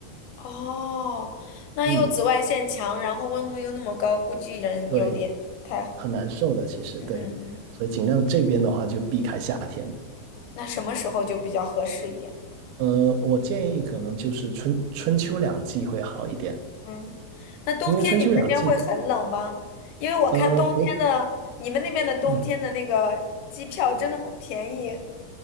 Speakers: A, on the left; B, on the right.
A: 哦，那又紫外线强，
B: 嗯，
A: 然后温度又那么高，估计人有点不太好
B: 对，很难受的，其实对，
A: 嗯嗯嗯，
B: 所以尽量这边的话就避开夏天，
A: 那什么时候就比较合适一点？
B: 呃，我建议可能就是春春秋两季会好一点，
A: 嗯，那冬天你们那边会很冷吗？
B: 因为春秋两季的，
A: 因为我看冬天的，
B: 呃，不。
A: 你们那边的冬天的那个机票真的很便宜。
B: 嗯